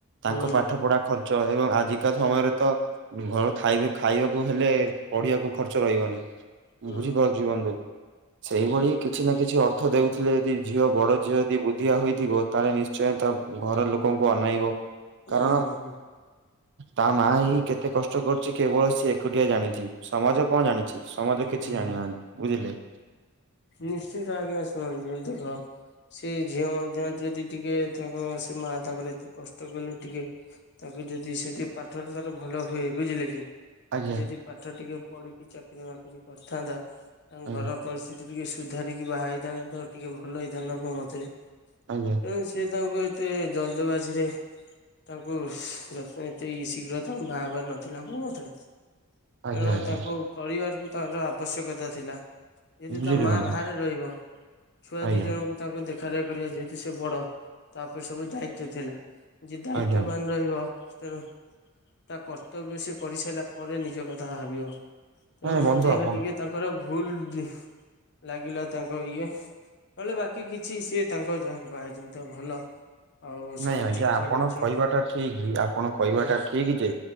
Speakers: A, on the left; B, on the right.
A: ହୁଁ
B: ତାଙ୍କ ପାଠ ପଢା ଖର୍ଚ୍ଚ ଏବଂ ଆଜିକା
A: ହୁଁ
B: ସମୟରେ ତ ଘର ଖାଇବେ ଖାଇବାକୁ ହେଲେ ପଢିବାକୁ ଖର୍ଚ୍ଚ ରହିବନି
A: ହୁଁ
B: ବୁଝିପାରୁଛି ବଧୁ। ସେଇଭଳି
A: ହୁଁ
B: କିଛି ନା କିଛି ଅର୍ଥ ଦଉଥିଲେ ଯଦି ଝିଅ ବଡ ଝିଅ ଯଦି ଦିଆ ହୋଇଇଥିବ ତାହେଲେ ନିଶ୍ଚୟ ତା ଘର ଲୋକଙ୍କୁ ଅନାଇବ। କାରଣ
A: ହୁଁ ହଁ ହଁ।
B: ତା ମା ହି କେତେ କଷ୍ଟ କରୁଛି କେବଳ ସିଏ ଏକୁଟିଆ ଜାଣିଛି ସମାଜ କଣ ଜାଣିଛି। ସମାଜ
A: ହୁଁ
B: କିଛି ଜାଣିନାହାନ୍ତି ବୁଝିଲେ?
A: ନିଶ୍ଚିନ୍ତ ଆଜ୍ଞା ଶୁଣନ୍ତୁ ଦେଖ ସେ ଝିଅ ମଧ୍ୟ ଯଦି ଟିକେ ତାଙ୍କ ସେ ମା ତାଙ୍କର ଏତେ କଷ୍ଟ କଲେ ଟିକେ ତାଙ୍କ ଯଦି ସେଠିକେ ପାଠରେ ତାର ଭଲ ଭଲ ହୁଏ ବୁଝିଲେ କି?
B: ଆଜ୍ଞା
A: ସିଏ ଯଦି ପାଠ ଟିକେ ପଢିକି ଚାକିରି ମାକିରି କରିଥାନ୍ତା ତାଙ୍କ
B: ଆଜ୍ଞା
A: ଘର ପରିସ୍ଥିତି ଟିକେ ସୁଧାରିକି ବାହା ହେଇଥାନ୍ତା ତ ଟିକେ ଭଲ ହେଇଥାନ୍ତା ମୋ ମତରେ
B: ଆଜ୍ଞା
A: ତେଣୁ ସେ ତାଙ୍କୁ ଏତେ ଜଲଦବାଜି ରେ ତାଙ୍କୁ ଯତ୍ନ ଏତେ ଶୀଘ୍ର ତମ୍ ବହା ହବାର ନଥିଲା ମୋ ମତରେ। କାରଣ
B: ଆଜ୍ଞା ଆଜ୍ଞା
A: ତାଙ୍କୁ ପରିବାରକୁ ତାଙ୍କର ଆବଶ୍ୟକତା ଥିଲା। ଯେହେତୁ
B: ବୁଝିଲି
A: ତା ମା
B: ବନ୍ଧୁ
A: ବାହାରେ ରହିବ ଛୁଆ
B: ଆଜ୍ଞା
A: ଦି ଜଣଙ୍କୁ ତାଙ୍କୁ ଦେଖା ରେଖା କରିବା ଯେହେତୁ ସେ ବଡ଼। ତା ଉପରେ ସବୁ ଦାୟିତ୍ୱ ଥିଲା ଯେ ଦାୟିତ୍ଵବାନ
B: ଆଜ୍ଞା
A: ରହିବ ତେଣୁ ତା କର୍ତ୍ତବ୍ୟ ସେ କରିସାରିଲା ପରେ ନିଜ କଥା ଭାବିବ ତେଣୁ
B: ନାଇଁ ବନ୍ଧୁ
A: ମତେ
B: ଆପଣ
A: ଏହା ଟିକେ ତାଙ୍କର ଭୁଲ୍ ଦିହୁ ଲାଗିଲା ତାଙ୍କ ଇଏ। ନହେଲେ ବାକି କିଛି ସିଏ ତାଙ୍କ ଯାହାକୁ ବାହା ହେଇଛନ୍ତି ତ ଭଲ ଆଉ ସବୁ
B: ନାଇଁ ଆଜ୍ଞା
A: ଠିକ ଠାକ
B: ଆପଣ
A: ଅଛି
B: କହିବାଟା ଠିକ୍ ଆପଣ କହିବାଟା
A: ହୁଁ
B: ଠିକ୍ ଯେ